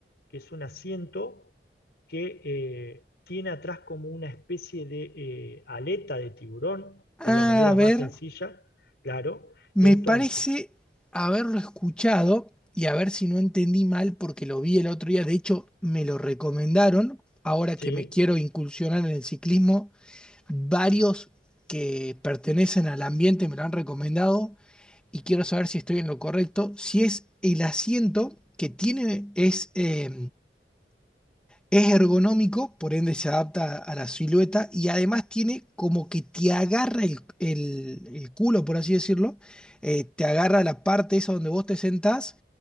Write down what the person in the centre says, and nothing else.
A
ver,
me
parece haberlo escuchado y a ver si no entendí mal porque lo vi el otro día. De hecho, me lo recomendaron. Ahora que
me quiero incursionar en el ciclismo, varios que pertenecen al ambiente me lo han recomendado. y quiero saber si estoy en lo correcto, si es el asiento que tiene, es eh, es ergonómico, por ende se adapta a la silueta y además tiene como que te agarra el, el- el culo, por así decirlo, eh, te agarra la parte esa donde vos te sentás